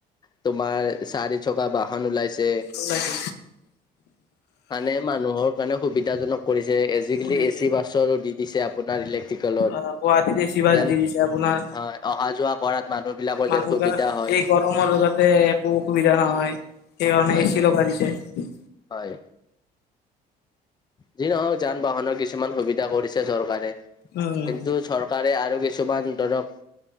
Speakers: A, on the left; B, on the left.
A: তোমাৰ চাৰি চকা বাহন ওলাইছে।
B: ওলাইছে
A: মানে মানুহৰ কাৰণে সুবিধা- জনক কৰিছে। এ
B: খুলিছে
A: চি বাছৰো দি দিছে আপোনাৰ ইলেক্ট্ৰিক।
B: অ' গুৱাহাটীত
A: <inaudible>
B: এচি বাছ
A: যেন
B: দি দিছে আপোনাৰ
A: হয় অহা যোৱা কৰাত মানুহ বিলাকৰ
B: মানুহবিলাক
A: যেন সুবিধা হয়।
B: এই গৰমৰ যাতে একো অসুবিধা নহয়। সেইকাৰণে
A: হয়
B: এ চি লগাই দিছে।
A: হয়। যি নহওক যান বাহনৰ কিছুমান সুবিধা কৰিছে চৰকাৰে। কিন্তু
B: উম,
A: চৰকাৰে আৰু বে - কিছুমান ধৰক